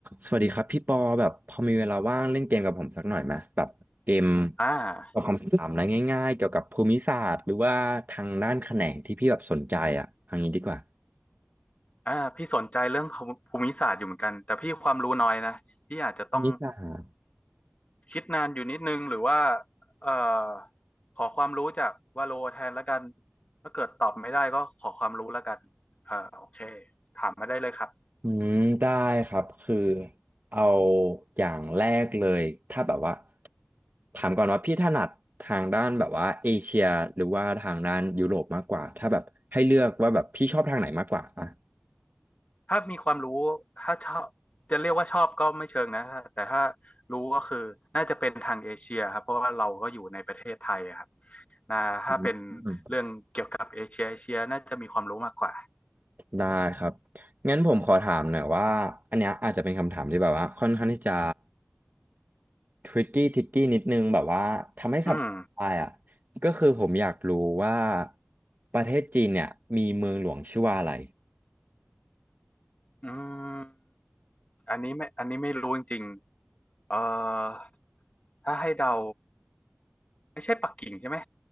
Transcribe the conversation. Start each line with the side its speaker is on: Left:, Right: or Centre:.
Right: สวัสดีครับพี่ปอแบบพอมีเวลาว่างเล่นเกมกับผมสักหน่อยไหมแบบเกม
Left: อ่า
Right: ตอบคำถามอะไรง่ายๆเกี่ยวกับภูมิศาสตร์หรือว่าทางด้านแขนงที่พี่แบบสนใจอ่ะเอย่างนี้ดีกว่า
Left: อ่าพี่สนใจเรื่องภูมิศาสตร์อยู่เหมือนกันแต่พี่ความรู้น้อยนะพี่อาจจะต้อง
Right: ภูมิศาสตร์
Left: คิดนานอยู่นิดนึงหรือว่าเอ่อขอความรู้จากวาโลแทนแล้วกันถ้าเกิดตอบไม่ได้ก็ขอความรู้แล้วกันเอ่อโอเคถามมาได้เลยครับ
Right: อืมได้ครับคือเอาอย่างแรกเลยถ้าแบบว่าถามก่อนว่าพี่ถนัดทางด้านแบบว่าเอเชียหรือว่าทางด้านยุโรปมากกว่าถ้าแบบให้เลือกว่าแบบพี่ชอบทางไหนมากกว่าอ่ะ
Left: ถ้ามีความรู้ถ้าชอบจะเรียกว่าชอบก็ไม่เชิงนะแต่ถ้ารู้ก็คือน่าจะเป็นทางเอเชียครับเพราะว่าเราก็อยู่ในประเทศไทยอะครับนะถ้าเป็น
Right: อืม
Left: เรื่องเกี่ยวกับเอเชียเอเชียน่าจะมีความรู้มากกว่า
Right: ได้ครับ งั้นผมขอถามหน่อยว่า อันเนี้ยอาจจะเป็นคำถามที่แบบว่าค่อนข้างที่จะทริกกี้ทิกกี้นิดนึงแบบว่าทำให้สับสนไปออะ
Left: อืม
Right: ก็คือผมอยากรู้ว่าประเทศจีนเนี่ยมีเมืองหลวงชื่อว่าอะไร
Left: อืมอันนี้ไม่อันนี้ไม่รู้จริงๆเอ่อถ้าให้เดาไม่ใช่ปักกิ่งใช่ไหม